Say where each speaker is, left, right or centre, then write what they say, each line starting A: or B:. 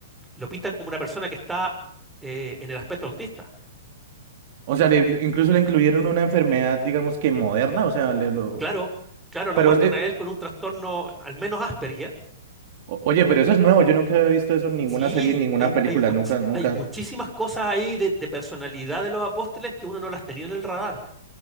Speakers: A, in the centre; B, on the right.
A: lo pintan como una persona que está eh, en el aspecto autista.
B: O sea, le- le- incluso le incluyeron una enfermedad, digamos que moderna. O sea, le lo.
A: Claro, claro, lo
B: Pero,
A: muestran
B: eh,
A: a él con un trastorno al menos Asperger.
B: o- oye, pero eso es nuevo. Yo nunca había visto eso en ninguna
A: Sí,
B: serie, en ninguna
A: hay,
B: película.
A: hay, much-
B: Nunca, nunca.
A: hay muchísimas cosas ahí de, de personalidad de los apóstoles que uno no las tenía en el radar.